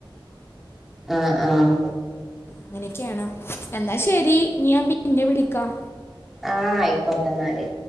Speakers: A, in the centre; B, on the left.
A: ആഹ് ആഹ്
B: അങ്ങനെയൊക്കെയാണ് എന്നാ ശരി ഇഞ് ഞാൻ പിന്നെ വിളിക്കാം.
A: ആഹ് ആയിക്കോട്ടെ എന്നാല്